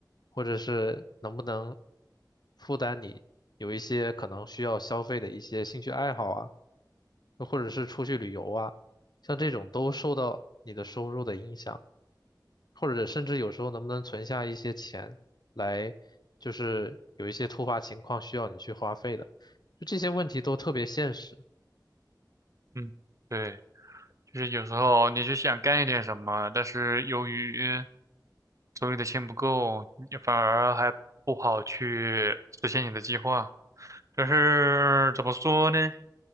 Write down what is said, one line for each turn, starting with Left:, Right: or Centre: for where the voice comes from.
Left: 或者是能不能负担你有一些可能需要消费的一些兴趣爱好啊，又或者是出去旅游啊，像这种都受到你的收入的影响，或者甚至有时候能不能存下一些钱来，就是有一些突发情况需要你去花费的，就这些问题都特别现实，
Right: 嗯，对，就是有时候你就想干一点什么，但是由于手里的钱不够，你反而还不好去实现你的计划。就是怎么说呢？